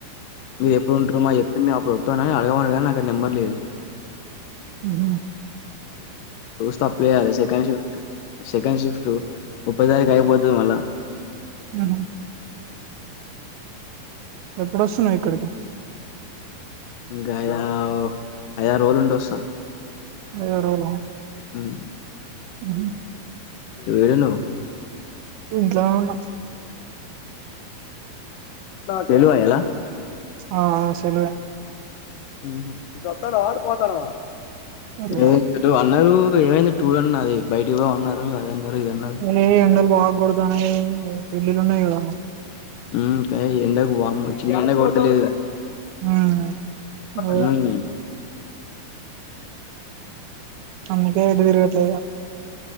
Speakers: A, on the left; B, on the right.
A: మీరు ఎప్పుడు ఉంటారు మా చెప్తే మేము అప్పుడు ఒత్తం అని అడగ ఉండ కానీ నాకు నెంబర్ లేదు
B: ఉ హు
A: దోస్త్ అప్లై చేయాలే సెకండ్ షఫ్ట్ సెకండ్ షిఫ్ట్ ముప్పై తారీఖ అయిపోతది మళ్ళ
B: ఉమ్మ్ ఎప్పుడుొస్తున్నావు ఇక్కడికి
A: ఇంకా అయిదార్ ఐదుఆరు రోజులు ఉండి వస్తా
B: ఎవర్ఎవలు
A: మ్మ్
B: ఉమ్మ్
A: ఏడున్నావ్
B: ఇంట్లోనే ఉన్నా
A: సెలవా ఇయాల
B: ఆ ఆ సెలవే
A: ఉహు ఇటు వత్తాన్నవా అటు పోతన్నావ
B: అరే,
A: లేదు అన్నారు ఏమైంది టూర్ అన్నారు బైటికి పోదాం అన్నారు ఇది అన్నారు
B: ఏ ఎండలు బాగా కొడుతున్నాయి పెళ్లిళ్లు ఉన్నాయి కదా
A: మ్మ్ కై ఎండ వమ్మ చిన్న ఎండ కొడతులేదు
B: ఉమ్ అదే
A: మ్మ్
B: అందుకే ఎటు తిరగట్లే ఈగ